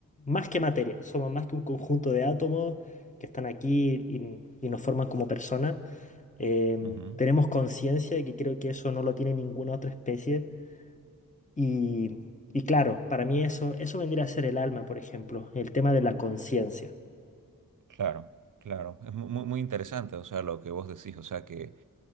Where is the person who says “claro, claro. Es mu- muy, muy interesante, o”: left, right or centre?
Right